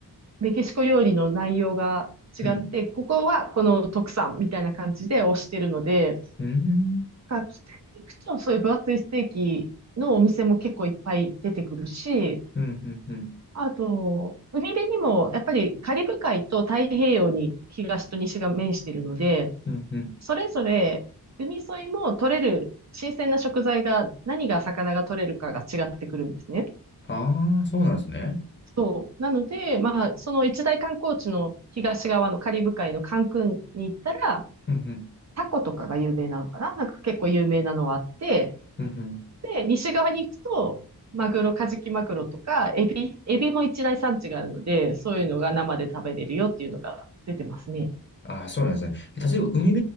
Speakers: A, on the right; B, on the left.
A: メキシコ料理の内容が違って、
B: うん、
A: ここはこの特産みたいな感じで推してるので、
B: うん、うん、
A: が北に行くと、そういう分厚いステーキのお店も結構いっぱい出てくるし、
B: うん、うん、
A: あと、海辺にも、やっぱりカリブ海と太平洋に東と西が面しているので、
B: うん、うん。
A: それぞれ海沿いも取れる新鮮な食材が、何が魚が取れるかが違ってくるんですね。
B: ああ、そうなんですね。
A: そう。なので、まあ、その一大観光地の東側のカリブ海のカンクンに行ったら、
B: うん、うん、
A: タコとかが有名なのかななんか結構有名なのはあって、
B: うん、うん。
A: で、西側に行くと、マグロ、カジキマグロとか、エビ、エビも一大産地があるので、そういうのが生で食べれるよっていうのが出てますね。
B: ああ、そうなんですね。え例えば、海